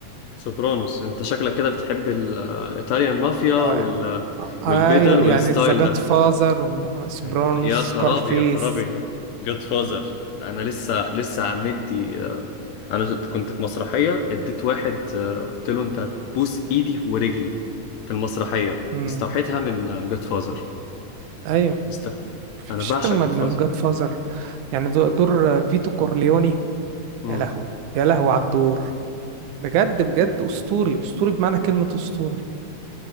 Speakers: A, on the left; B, on the right.
A: سوبرانوس أنت شكلك كده بتحب الإيطاليان مافيا وال...
B: آه، ايوه
A: والبدل والستايل
B: يعني ذا جاد
A: ده
B: فازر سوبرانوس
A: انت يا خرابي
B: سكارفيس
A: يا خرابي جود فازر انا لسه لسه مدي آه، انا كنت في مسرحيه اديت واحد آه، قلت له انت هتبوس ايدي ورجلي في المسرحيه
B: امم
A: استوحيتها من جود فازر
B: ايوه
A: است...
B: مفيش
A: انا بعشق
B: اجمد
A: جود
B: من
A: فازر
B: جاد فازر يعني دو- دور فيتو كورليوني
A: امم
B: يا لهوي يا لهوي على الدور بجد بجد اسطوري اسطوري بمعنى كلمة اسطوري